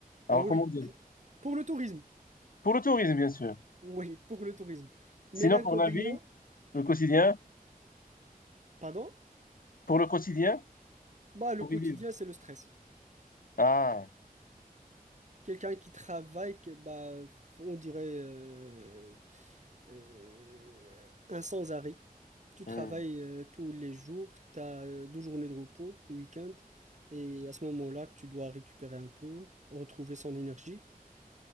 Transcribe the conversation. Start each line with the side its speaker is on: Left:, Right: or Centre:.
Left: à
Right: Ah
Left: recommander.
Right: oui, pour, pour le tourisme.
Left: Pour le tourisme, bien sûr.
Right: Oui, pour le tourisme. Mais
Left: Sinon,
Right: l'inconvénient,
Left: pour la vie, le quotidien,
Right: pardon,
Left: pour le quotidien,
Right: bah, le
Left: pour
Right: quotidien,
Left: y vivre.
Right: c'est le stress.
Left: Ah,
Right: Quelqu'un qui travaille, que, bah, on dirait euh, euh, un sans-arrêt. tu travailles
Left: hmm.
Right: euh, tous les jours, tu as deux journées de repos, le week-end, et à ce moment-là que tu dois récupérer un peu, retrouver son énergie.